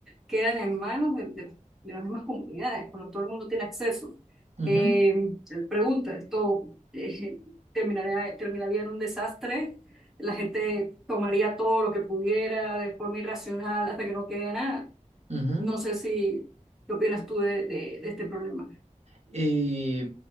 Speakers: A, in the centre; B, on the right.
A: quedan en manos de, de las de las mismas comunidades, cuando todo el mundo tiene acceso.
B: ujú,
A: Eh, él pregunta, ¿esto eh, terminaría, terminaría en un desastre? La gente tomaría todo lo que pudiera de forma irracional hasta que no quede nada.
B: ujú.
A: No sé si, ¿qué opinas tú de, de- de este problema?
B: Eh,